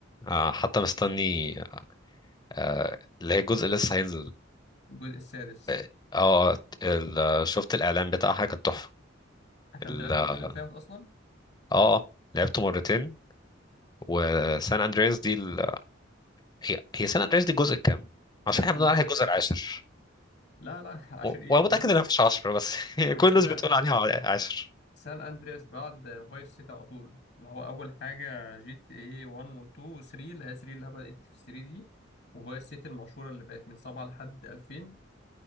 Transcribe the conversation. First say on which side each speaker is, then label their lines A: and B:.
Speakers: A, on the left (about 20°); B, on the left (about 60°).
A: آه، حتى مستني آه، اللي هي جزء لسه هينزل
B: الجزء السادس
A: اه آه، ال- شفت الاعلان بتاعها كان تحفه
B: انت
A: ال-
B: ما لعبت
A: اه
B: الجزء الخامس اصلا
A: آه، لعبته مرتين وسان اندرياس دي ال... هي هي سان اندرياس دي الجزء الكام
B: سان
A: عشان احنا
B: اندرياس
A: بنقول عليها الجزء العاشر
B: لا لا <laughs> عشر
A: و-
B: ايه
A: وانا
B: بص
A: متاكد انها مفيش 10 بس <laughs>
B: هي
A: كل الناس
B: سان
A: بتقول عليها ع- 10
B: سان اندرياس بعد فايس سيتي على طول اللي هو اول حاجة جي تي اي 1 و 2 و 3 اللي هي 3 اللي هي بدأت في 3 دي وفايس سيتي المشهورة اللي بقت من 7 لحد 2000